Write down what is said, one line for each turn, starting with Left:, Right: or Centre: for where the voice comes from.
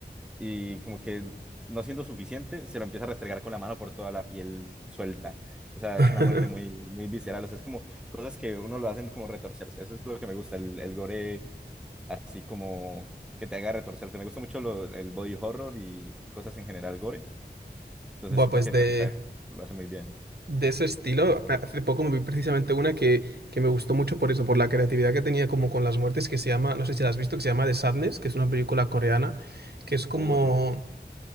Centre: Y como que no siendo suficiente, se lo empieza a restregar con la mano por toda la piel suelta. O sea,
Right: <laughs>
Centre: es una muerte muy, muy visceral. O sea, es como cosas que uno lo hacen como retorcerse. Eso es lo que me gusta, el, el gore así como que te haga retorcerse. Me gusta mucho lo- el body horror y cosas en general gore. Entonces
Right: Buah,
Centre: siento
Right: pues
Centre: que
Right: de,
Centre: Terrifier lo hace muy bien.
Right: de ese estilo, hace poco me vi precisamente una que, que me gustó mucho por eso, por la creatividad que tenía como con las muertes, que se llama, no sé si la has visto, que se llama The Sadness, que es una película coreana, que es como...
Centre: Oh, no.